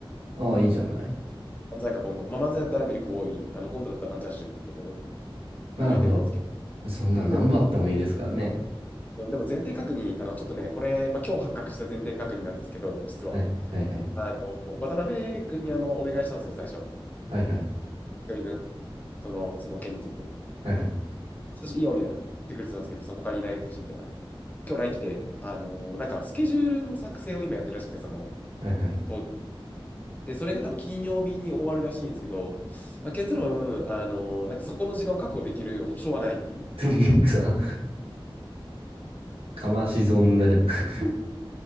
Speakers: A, on the right; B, on the left.
A: ああ、いいじゃない。
B: 漫才かコント。まあ漫才だったらミルクボーイ、あの、コントだったらアンジャッシュっていうところ
A: なるほど。
B: 考えてるんですけど。
A: そんな何番あってもいいですからね。
B: うん、でも、でも前提確認、あの、ちょっとね、これ、まあ今日発覚した前提確認なんですけど、実は。
A: はい、はい、はい。
B: あの、渡辺君にあの、お願いしたんですよね、最初。
A: はい、はい。
B: 久美君、その、その件について。
A: はい、はい。
B: そしていいよ、みたいな。言ってくれてたんですけど、その他にいないし、みたいな。今日 LINE 来て、あの、なんかスケジュールの作成を今やってるらしくて、その、
A: はい、はい。
B: 当時で、それが多分金曜日に終わるらしいんですけど、まあ、結論、あの、なんかそこの時間を確保できる保証はないっていう。
A: <laughs> さ、かまし損だよ。<laughs>